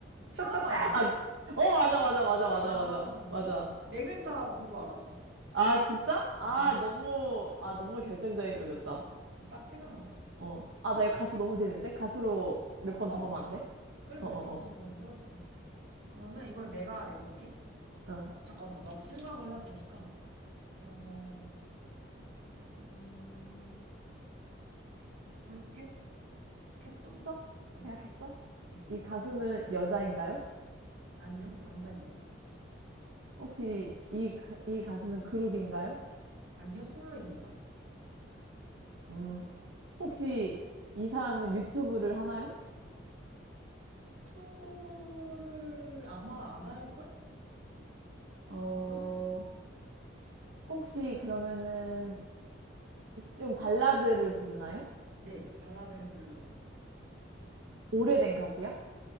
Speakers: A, on the right; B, on the right.
A: 카더가든.
B: <laughs> 아, 어, 맞아, 맞아, 맞아, 맞아,
A: 아,
B: 맞아, 맞아.
A: 네 글자 보고 알았다.
B: 아, 진짜? 아,
A: 어,
B: 너무, 아, 너무 결정적인 걸 줬다.
A: 딱 생각났어.
B: 어. 아, 나 이거 가수 너무 재밌는데? 가수로 몇
A: 어, 한
B: 번
A: 번
B: 더
A: 더
B: 하면
A: 할까?
B: 안 돼?
A: 그래,
B: 어,
A: 그래.
B: 어,
A: 가수로 그럼 또 해보자. 그러면 이번에 내가 내볼게.
B: 어. 어.
A: 어, 잠깐만. 나도 생각을 해야 되니까. 어, 음, 음, 생각했어.
B: 했어?
A: 어,
B: 생각했어?
A: 음.
B: 이 가수는 여자인가요?
A: 아니요, 남자입니다.
B: 혹시 이, 가- 이 가수는 그룹인가요?
A: 아니요, 솔로입니다.
B: 음, 혹시 이 사람은 유튜브를 하나요?
A: 투보를 아마 안 할걸?
B: 어,
A: 아마도?
B: 혹시 그러면은 좀 발라드를 부르나요?
A: 네, 발라드를 불러요.
B: 오래된 가수야?